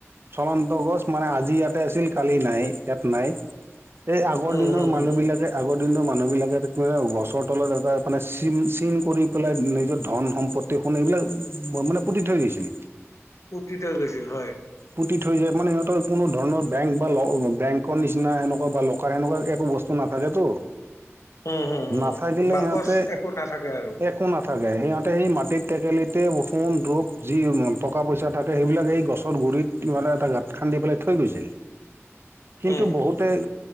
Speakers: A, on the right; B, on the left.
A: চলন্ত গছ মানে আজি ইয়াতে আছিল কালি নাই ইয়াত নাই। এই আগৰ
B: উম
A: দিনৰ
B: হম
A: মানুহ
B: হম
A: বিলাকে আগতে দিন মানুহবিলাকে গছৰ তলত এটা মানে চিন কৰি পেলাই নিজৰ ধন সম্পত্তি। সোন এইবিলাক মানে পুতি থৈ দিছিল।
B: পুটি থৈ গৈছিল হয়।
A: পুতি থৈ যায় মানে সিহঁতৰ কোনো ধৰণৰ বেংক বা বেংকৰ নিচিনা সেনেকুৱা বা লকাৰ সেনেকোৱা একো। বস্তু নাথাকেটো
B: উম হম হম
A: নাথাকিলে
B: বাকচ
A: সিহঁতে
B: একো নাথাকে আৰু
A: আকো নাট থাকে সিহঁতে সেই মাটিত টেকেলিতে সোন ৰূপ যি টকা পইচা থাকে সেইবিলাকে গছ গুৰিত মানে এটা গাঁত খান্দি পেলাই থৈ গৈছে কিন্তু
B: উম
A: বহুতে।